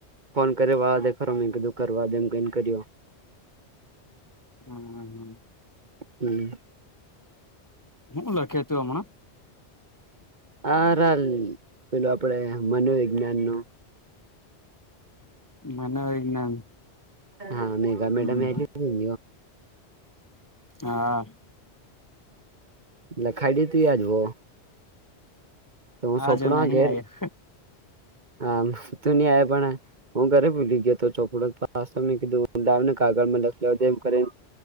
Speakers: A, on the right; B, on the left.
A: ફોન કરવા દે ખરો મેં કીધું કરવાદે એમ કરીન કર્યો.
B: હમ, હમ.
A: હમ.
B: હું લખે તું હમણાં?
A: ઓરલ પેલું આપડે મનોવિજ્ઞાન નું
B: મનોવિજ્ઞાન
A: હા, મેગા મેડમ
B: હમ
A: એ <unintelligible>
B: હા.
A: લખાદી તી આજ વો તો હું સોપડુ
B: જો નહી
A: આ ઘેર
B: આયો
A: આમ તું ની આવે પણે હું ઘરે ભુલી ગ્યોતો ચોપડા પાસ તો મેં કીધું લાવને કાગળમાં લખવાડે એમ કરીન